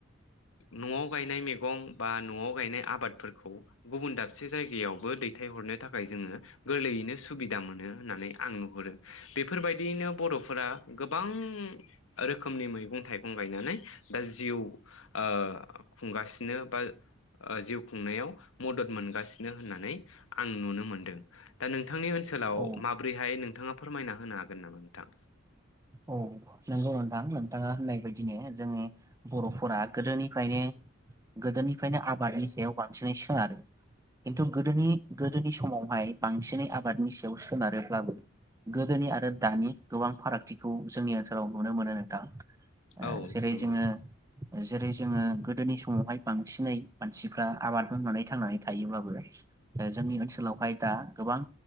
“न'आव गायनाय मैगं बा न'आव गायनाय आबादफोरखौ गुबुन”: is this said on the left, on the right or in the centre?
Left